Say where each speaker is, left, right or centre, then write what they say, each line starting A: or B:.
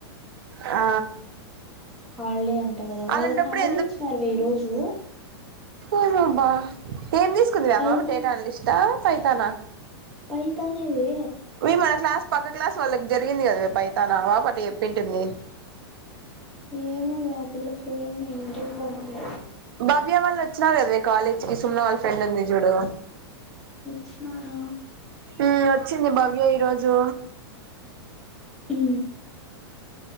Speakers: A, on the right (about 60°); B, in the centre.
A: ఆ
B: హాలిడే అంట గదా వాళ్ళకు
A: అలాంటప్పుడు
B: హాలిడే ఇచ్చినారువే ఈ రోజు.
A: ఏమో అబ్బా ఏం తీసుకుందిరా
B: పైతాన్
A: బాబు డేటా ఎనాలిస్టా, పైథానా.
B: పైథానేవే
A: వే మన క్లాస్ పక్క క్లాస్ వాళ్ళకి జరిగింది కదవే పైథాన్ ఆ పాప అట్ట చెప్పింటుంది.
B: ఏమోవే ఆ పిల్ల పోయింది ఇంటికి పోయింది.
A: భవ్య వాళ్ళు వచ్చినారు గదవే కాలేజ్కి సుమ్న వాళ్ళ ఫ్రెండ్ ఉంది చూడు.
B: వచ్చినారా?
A: హ్మ్ వచ్చింది భవ్య ఈరోజు.
B: ఈ